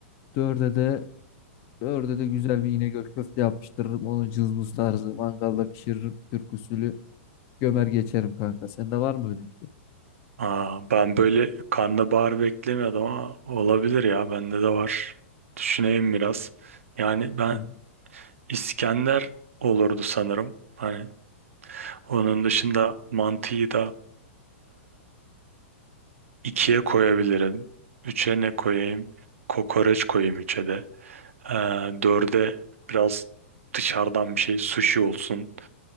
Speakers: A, on the left; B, on the right.
A: Dörde de dörde de güzel bir İnegöl köfte yapıştırırım. Onu cızbız tarzı mangalda pişiririm. Türk usulü gömer geçerim kanka. Sende var mı öyle bir şey?
B: Aa, ben böyle karnabahar beklemiyordum ama olabilir ya. Bende de var. Düşüneyim biraz. Yani ben
A: Tamam.
B: İskender olurdu sanırım. Hani onun dışında mantıyı da İkiye koyabilirim. Üçe ne koyayım? Kokoreç koyayım üçe de. Ee, dörde biraz dışarıdan bir şey sushi olsun.